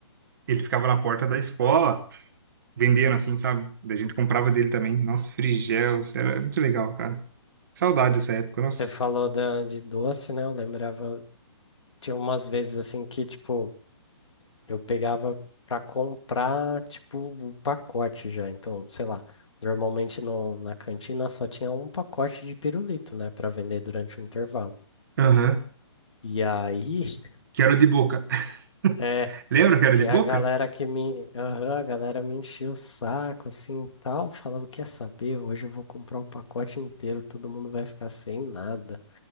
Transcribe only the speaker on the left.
Você falou da, de doce, né? Eu lembrava, tinha umas vezes assim que, tipo, eu pegava pra comprar, tipo, o pacote já. Então, sei lá, normalmente no, na cantina só tinha um pacote de pirulito, né, Pra vender durante o intervalo.
E aí, <laughs>
é,
tinha
a galera que me, aham, a galera me enchia o saco, assim, e tal, falava, quer saber, hoje eu vou comprar o pacote inteiro, todo mundo vai ficar sem nada.